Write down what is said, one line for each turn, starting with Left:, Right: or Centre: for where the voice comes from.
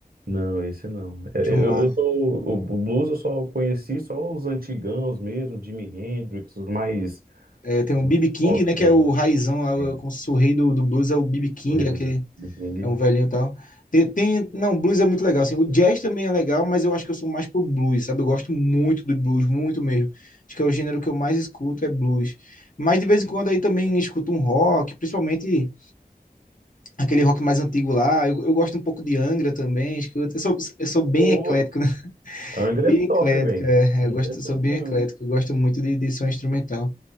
Right: Não, esse não. É,
Left: John
Right: é, Eu,
Left: Mayer.
Right: eu sou, o, o blues eu só conheci só os antigãos mesmo, Jimi Hendrix, os mais,
Left: É, tem
Right: os
Left: o
Right: mais
Left: B.B. King,
Right: top
Left: né?
Right: que
Left: Que
Right: é,
Left: é o raizão, lá,
Right: é,
Left: como se fosse o rei do, do blues, é o B.B. King,
Right: o rei
Left: é
Right: do
Left: aquele,
Right: blues, Big Bang.
Left: é um velhinho e tal. Tem, tem- não, blues é muito legal, assim. O jazz também é legal, mas eu acho que eu sou mais pro blues, sabe? Eu gosto muito do blues, muito mesmo. Acho que é o gênero que eu mais escuto, é blues. Mas de vez em quando aí também escuto um rock, principalmente aquele rock mais antigo lá. Eu, eu gosto um pouco de Angra também, escuto. Eu sou, eu sou bem
Right: Pô,
Left: eclético, né? <laughs>
Right: Angra
Left: Bem
Right: é top,
Left: eclético,
Right: velho.
Left: é.
Right: Angra
Left: Eu gosto,
Right: é top
Left: sou bem
Right: mesmo.
Left: eclético, eu gosto muito de, de som instrumental.